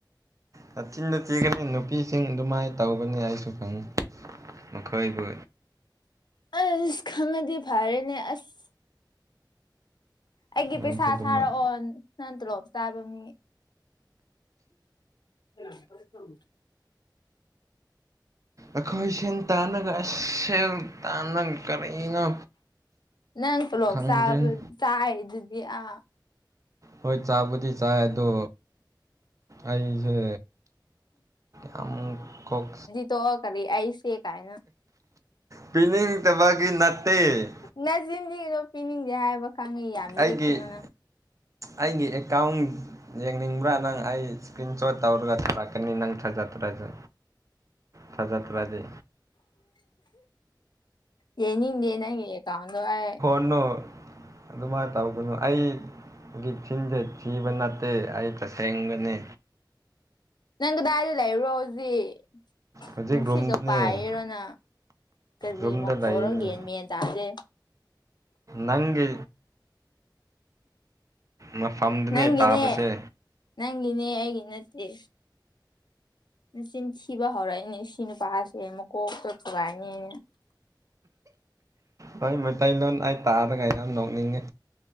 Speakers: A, on the right; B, on the left.
A: ꯅꯥꯆꯤꯟꯗ ꯊꯤꯒꯅꯤ ꯅꯨꯄꯤꯁꯤꯡ ꯑꯗꯨꯃꯥꯏꯅ ꯇꯧꯕꯅꯤ ꯑꯩꯁꯨ ꯈꯪꯉꯤ ꯃꯈꯣꯏꯕꯨ
B: ꯑꯁ ꯈꯪꯡꯉꯗꯤ ꯐꯔꯦꯅꯦ ꯑꯁ ꯑꯩꯒꯤ
A: ꯅꯪꯁꯨ
B: ꯄꯩꯁꯥ
A: ꯑꯗꯨꯃꯥꯏ
B: ꯊꯥꯔꯛꯑꯣ ꯅꯪ ꯇꯣꯂꯣꯞ ꯆꯥꯕ ꯃꯤ <inaudible>
A: ꯑꯩꯈꯣꯏ ꯁꯦꯟ ꯇꯥꯅꯒ ꯑꯁ ꯁꯦꯜ ꯇꯥꯟꯅꯒ ꯀꯔꯤꯅꯣ
B: ꯅꯪ ꯊꯂꯣꯞ
A: ꯈꯪꯗ꯭ꯔꯤ
B: ꯆꯥꯕ ꯆꯥꯔꯤꯗꯨꯗꯤ ꯑ
A: ꯍꯣꯏ ꯆꯥꯕꯨꯗꯤ ꯆꯥꯏ ꯑꯗꯣ ꯑꯩꯁꯦ ꯌꯥꯝ ꯀꯣꯛ
B: ꯇꯣꯛ ꯑꯣ ꯀꯔꯤ ꯑꯩꯁꯦ ꯀꯥꯏꯅ
A: ꯄꯤꯅꯤꯡꯗꯕꯒꯤ ꯅꯠꯇꯦ
B: ꯅꯆꯤꯟꯊꯤꯒꯅꯨ ꯄꯤꯅꯤꯡꯗꯦ ꯍꯥꯏꯕ ꯈꯪꯉꯦ ꯌꯥꯝ
A: ꯑꯩꯒꯤ
B: ꯂꯤꯛꯀꯅꯨꯅ
A: ꯑꯩꯒꯤ ꯑꯦꯀꯥꯎꯟ ꯌꯦꯡꯅꯤꯡꯕ꯭ꯔꯥ ꯅꯪ ꯑꯩ ꯁꯀ꯭ꯔꯤꯟꯁꯣꯠ ꯇꯧꯔꯒ ꯊꯥꯔꯛꯀꯦ ꯅꯤ ꯊꯖꯗ꯭ꯔꯗꯤ ꯊꯖꯗ꯭ꯔꯗꯤ
B: ꯌꯦꯡꯅꯤꯡꯗꯦ ꯅꯪꯒꯤ ꯑꯦꯀꯥꯎꯟꯗꯣ ꯑꯩ
A: ꯅꯣ ꯑꯗꯨꯃꯥꯏꯅ ꯇꯧꯒꯅꯨ ꯑꯩꯒꯤ ꯆꯤꯟꯁꯦ ꯊꯤꯕ ꯅꯠꯇꯦ ꯑꯩ ꯇꯁꯦꯡ ꯅꯅꯦ
B: ꯅꯪ ꯀꯗꯥꯏꯗ ꯂꯩꯕ꯭ꯔꯣ ꯍꯧꯖꯤꯛ
A: ꯍꯧꯖꯤꯛ
B: ꯅꯨꯡꯁꯤꯠꯒ
A: ꯔꯨꯝꯗꯅꯦ
B: ꯄꯥꯏꯤꯔꯣ ꯅꯪ ꯀꯔꯤ
A: ꯔꯨꯝꯗ
B: ꯃꯈꯣꯟꯔꯣ
A: ꯂꯩꯅꯤ
B: ꯒꯌꯥꯟ ꯃꯦꯟ ꯇꯗꯦ
A: ꯅꯪꯒꯤ ꯃꯐꯝꯗꯨꯅꯦ
B: ꯅꯪꯒꯤꯅꯦ
A: ꯇꯥꯕꯁꯦ
B: ꯅꯪꯒꯤꯅꯦ ꯑꯤꯒꯤ ꯅꯠꯇꯦ ꯅꯆꯤꯟ ꯊꯤꯕ ꯍꯧꯔꯛꯏꯅꯦ ꯑꯁꯤ ꯅꯨꯄꯥꯁꯦ ꯃꯀꯣꯛꯇꯣ ꯊꯨꯒꯥꯏꯅꯦ ꯑꯩꯅ
A: ꯍꯣꯏ ꯃꯩꯇꯩꯂꯣꯟ ꯑꯩ ꯇꯥꯔꯒ ꯌꯥꯝ ꯅꯣꯛꯅꯤꯡꯉꯤ